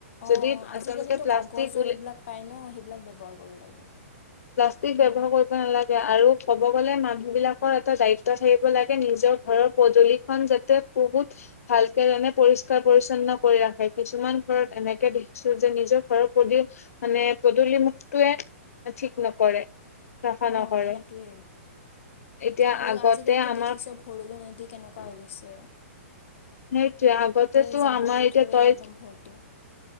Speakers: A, on the left; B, on the left.
A: অ', অ',
B: যদি
A: আজিকালিটো
B: আচলতে প্লাষ্টিক
A: কাগজৰ
B: উলি-
A: এইবিলাক পায় ন? সেইবিলাক ব্যৱহাৰ কৰিব লাগে।
B: কি ব্যৱহাৰ
A: উম।
B: কৰিবা? নালাগে আৰু ক'ব গলে মানুহ বিলাকৰ এটা দায়িত্ব থাকিব লাগে। নিজৰ ঘৰৰ পদূলিখন যাতে বহুত ভালকে মানে পৰিষ্কাৰ পৰি্ছন্ন কৰি ৰাখে। কিছুমান ঘৰত এনেকে দেখিছোঁ যে নিজৰ ঘৰৰ পদূলি, মানে পদূলি মুুখটোৱে ঠিক নকৰে। চাফা
A: অ',
B: নকৰে।
A: সেইটোৱে
B: এতিয়া
A: আৰু
B: আগতে
A: আজিকালিতো
B: আমাৰ
A: দেখিছ ভৰলো নদী কেনেকুৱা হৈ গৈছে।
B: সেইটোৱেই
A: গোটেই
B: আগতে টো
A: জাবৰ
B: আমাৰ
A: জোথৰে
B: এতিয়া তই
A: একদম ভৰ্তি